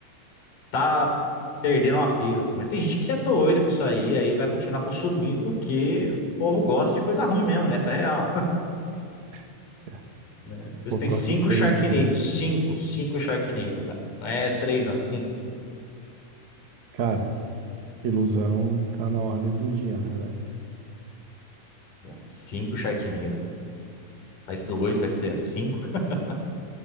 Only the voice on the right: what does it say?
<laughs>
O povo
gosta
de ser
iludido.
Cara, ilusão tá na ordem do dia, né, velho?